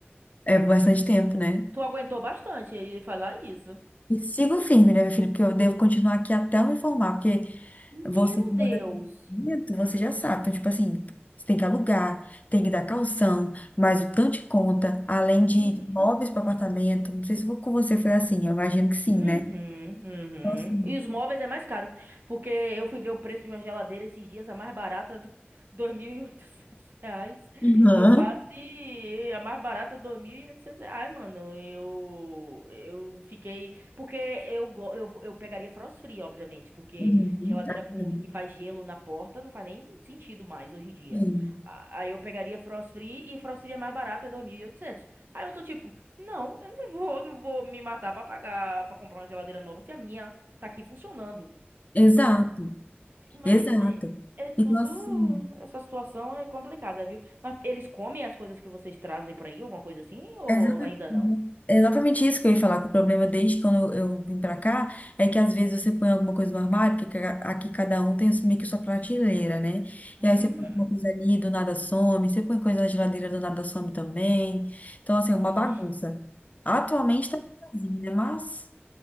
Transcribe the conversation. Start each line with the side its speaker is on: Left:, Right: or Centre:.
Left: é bastante tempo, né?
Right: tu aguentou bastante aí falar isso.
Left: E sigo firme, né, meu filho? Porque eu devo continuar aqui até eu me formar, porque
Right: Meu
Left: você que
Right: Deus.
Left: mora no apartamento, você já sabe. Então, tipo assim, você tem que alugar, tem que dar calção, mais o tanto de conta, além de
Right: Meu
Left: móveis para
Right: Deus.
Left: apartamento. Não sei se com você foi assim, eu imagino que sim,
Right: Uhum,
Left: né? Então, assim,
Right: uhum. E os móveis é mais caro, porque eu fui ver o preço de uma geladeira esses dias, a mais barata, do- <laughs> 2.800 reais.
Left: Uhum.
Right: Eu quase, a mais barata, 2.800 reais, mano. Eu, eu fiquei, porque eu, go- eu, eu pegaria frost free, obviamente, porque
Left: Uhum.
Right: geladeira
Left: tá
Right: com,
Left: vendo?
Right: que faz gelo na porta não faz nem sentido mais hoje em dia.
Left: Sim.
Right: A- Aí eu pegaria frost free e frost free é mais barata, é dois mil e oitocentos Aí eu tô tipo, não, eu não vou, não vou me matar pra pagar, pra comprar uma geladeira nova se a minha tá aqui funcionando.
Left: Exato,
Right: Mas
Left: exato.
Right: é, é tudo.
Left: Então, assim.
Right: Essa situação é complicada, viu? Mas eles comem as coisas que vocês trazem pra aí, alguma coisa assim, ou
Left: É exata-
Right: ainda
Left: uhum.
Right: não?
Left: É exatamente isso que eu ia falar, que o problema desde quando eu, eu vim pra cá é que às vezes você põe alguma coisa no armário, porque ca- aqui cada um tem meio que sua prateleira, né?
Right: Hum,
Left: E aí você põe alguma coisa ali, do nada some, você põe coisa na geladeira, do nada some também. Então, assim, é uma
Right: vixe.
Left: bagunça. Atualmente tá sozinho, né? Mas